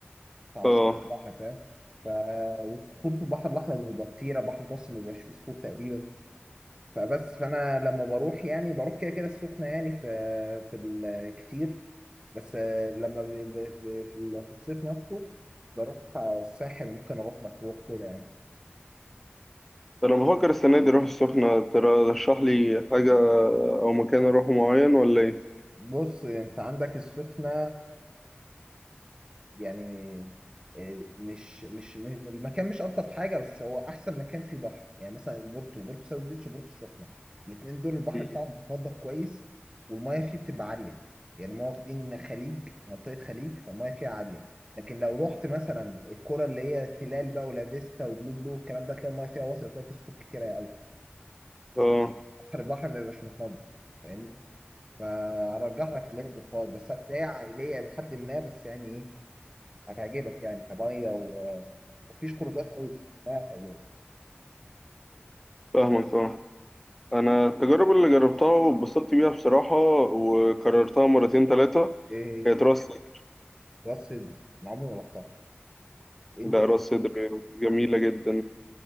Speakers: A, on the right; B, in the centre.
A: على
B: أه
A: شط البحر فاهم ف والصخور في البحر الاحمر بيبقى كتيره البحر المتوسط ما بيبقاش فيه صخور تقريبا فبس فانا لما بروح يعني بروح كده كده السخنه يعني في في الكتير بس لما ب- ب- ب- في ال- في الصيف نفسه بروح الساحل ممكن اروح مطروح كده يعني
B: فأنا بفكر السنة دي أروح السخنة ترشح لي حاجة أو مكان أروحه معين ولا إيه؟
A: بص انت عندك السخنه يعني آه، مش مش م- المكان مش الطف حاجه بس هو احسن مكان فيه بحر يعني مثلا بورتو بورتو ساوث بيتش وبورتو السخنه الاثنين دول البحر
B: مم.
A: بتاعهم متنضف كويس والميه فيه بتبقى عاليه يعني ما واخدين خليج منطقه خليج فالميه فيها عاليه لكن لو رحت مثلا الكرة اللي هي تلال بقى ولا فيستا وبلو بلو الكلام ده تلاقي الميه فيها واسعه وتلاقي فيه صخور كتيره قوي
B: أه
A: بحر البحر ما بيبقاش متنضف فاهمني فارجح لك ليه بالفاضل، بس هتلاقيها عائليه لحد ما بس يعني ايه هتعجبك يعني كميه مفيش خروجات قوي اسمها تعجبك
B: فاهمك أه انا التجارب اللي جربتها واتبسطت بيها بصراحة وكررتها مرتين ثلاثة
A: ايه
B: كانت
A: هي
B: راس صدر
A: راس سدر انا عمري ما رحتها ايه الدنيا
B: لا راس صدر جميلة جدا